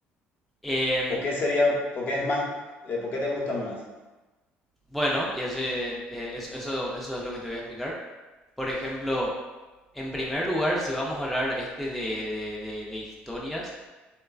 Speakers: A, in the centre; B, on the left.
A: em,
B: ¿Por qué serían, por qué es más, eh, por qué te gustan más?
A: bueno, y ese, eh, eso, eso, eso es lo que te voy a explicar. Por ejemplo, en primer lugar, si vamos a hablar este de, de, de, de historias,